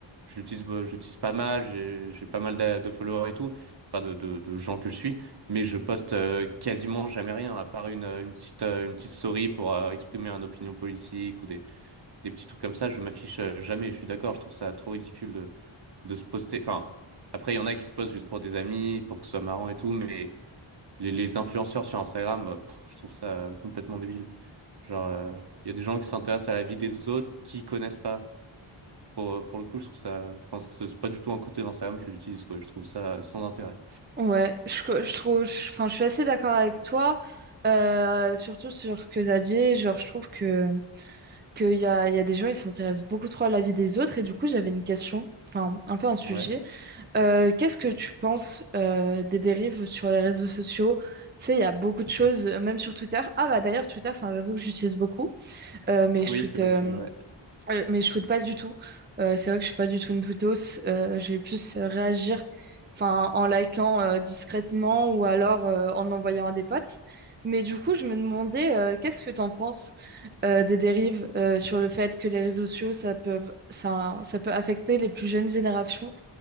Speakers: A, on the right (about 55°); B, on the right (about 20°).
A: je l'utilise, bah, je l'utilise pas mal. J'ai, j'ai pas mal d'a- de, followers et tout. Enfin, de, de, de gens que je suis. Mais je poste euh, quasiment jamais rien, à part une, euh, une petite, euh, une petite story pour euh, exprimer une opinion politique ou des, des petits trucs comme ça. Je m'affiche euh, jamais. Je suis d'accord. Je trouve ça trop ridicule de de se poster. Enfin, après, il y en a qui se postent juste pour des amis, pour que ce soit marrant et tout, mais les, les influenceurs sur Instagram, euh, pff, je trouve ça euh, complètement débile. Genre, euh, il y a des gens qui s'intéressent à la vie des autres qui connaissent pas. Pour, euh, pour le coup, je trouve ça. Enfin, c'est c'est pas du tout un côté d'Instagram que j'utilise, quoi. Je trouve ça sans intérêt.
B: Ouais, je, co- je trouve, je- enfin, je suis assez d'accord avec toi, euh, surtout sur ce que tu as dit. Genre, je trouve que. qu'il y a, il y a des gens, ils s'intéressent beaucoup trop à la vie des autres. Et du coup, j'avais une question, enfin un peu un sujet.
A: Ouais.
B: Euh, qu'est-ce que tu penses euh, des dérives sur les réseaux sociaux? Tu sais, il y a beaucoup de choses, euh, même sur Twitter. Ah bah d'ailleurs, Twitter, c'est un réseau que j'utilise beaucoup. Euh, mais
A: Ah
B: je
A: oui,
B: tweete
A: c'est vrai
B: euh,
A: que. ouais.
B: euh, mais je shoote pas du tout. Euh, c'est vrai que je suis pas du tout une tweetos. Euh, je vais plus euh, réagir enfin, en likant euh, discrètement ou alors euh, en envoyant à des potes. Mais du coup, je me demandais, euh, qu'est-ce que tu en penses euh, des dérives euh, sur le fait que les réseaux sociaux, ça peut, ça, ça peut affecter les plus jeunes générations